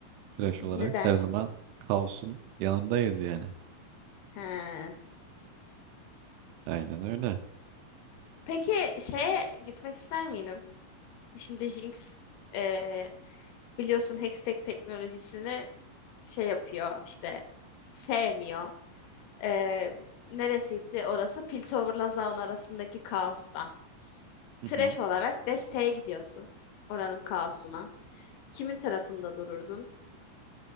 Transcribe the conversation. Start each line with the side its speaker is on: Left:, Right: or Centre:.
Right: Trash
Left: Hı hı.
Right: olarak.
Left: Neden?
Right: Her zaman kaosun yanındayız yani.
Left: He.
Right: Aynen öyle.
Left: Peki şeye gitmek ister miydin? Şimdi Jinx e, biliyorsun Hextech teknolojisini şey yapıyor işte sevmiyor. E, neresiydi orası? Piltover'la Zaun arasındaki kaosta.
Right: Hı
Left: Trash
Right: hı.
Left: olarak desteğe gidiyorsun. Oranın kaosuna. Kimin tarafında dururdun?